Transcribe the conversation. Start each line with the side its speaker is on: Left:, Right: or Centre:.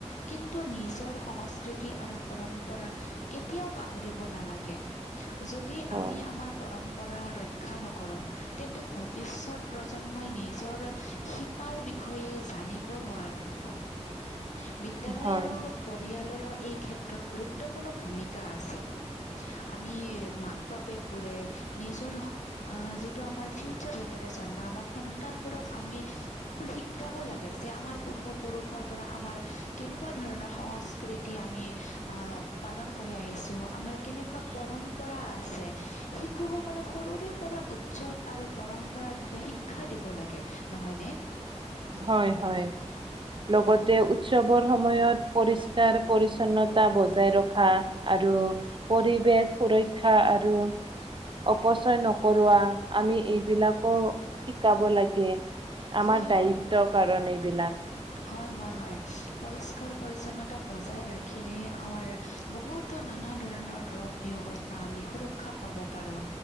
Left: কিন্তু নিজৰ সংস্কৃতি আৰু পৰম্পৰা কেতিয়াও পাহৰিব নালাগে যদি
Right: হয়,
Left: আমি আমাৰ পৰম্পৰা ৰক্ষা নক কৰ তেন্তে ভৱিষ্যত প্ৰজন্মই নিজৰ শিপাৰ বিষয়ে জানিব নোৱাৰিব।
Right: <inaudible>
Left: বিদ্যালয়
Right: হয়,
Left: আৰু পৰিয়ালৰো এই ক্ষেত্ৰত গুৰুত্বপূৰ্ণ ভূমিকা আছে আমি মাক বাপেক বোৰে নিজৰ অ', যিটো আমাৰ ফিউচাৰ জেনেৰেচন বা আমাৰ সন্তানবোৰক আমি এইবোৰ শিকাব লাগে যে আমাৰ পূৰ্বপুৰুষৰ পৰা আমাৰ কেনেকুৱা ধৰণৰ সংস্কৃ স্কৃতি আমি আহ পালন কৰি আহিছো আমাৰ কেনেকুৱা পৰম্পৰা আছে। শিশুসকলক সৰুৰে পৰা উৎসৱ আৰু পৰম্পৰাৰ বিষয়ে শিক্ষা দিব লাগে নহয়নে?
Right: হয় - হয় লগতে উৎসৱৰ সময়ত পৰিষ্কাৰ পৰিচ্ছন্নতা বজাই ৰখা আৰু পৰিৱেশ সুৰক্ষা আৰু অপচয় নকৰোৱা আমি এইবিলাকো শিকাব লাগে আমাৰ
Left: হয়
Right: দায়িত্ব
Left: হয়
Right: কাৰণ এইবিলাক
Left: হয় - হয় - হয়, পৰিষ্কাৰ পৰিচ্ছন্নতা বজাই ৰাখিলেহে আমাৰ বহুতো নানা ধৰণৰ ৰোগ বিয়োগৰ পৰা আমি সুৰক্ষা পাব পাৰো